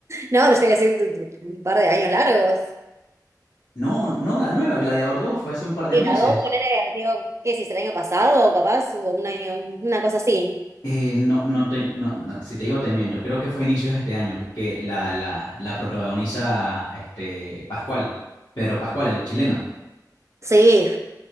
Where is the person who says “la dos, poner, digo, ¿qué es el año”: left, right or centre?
Right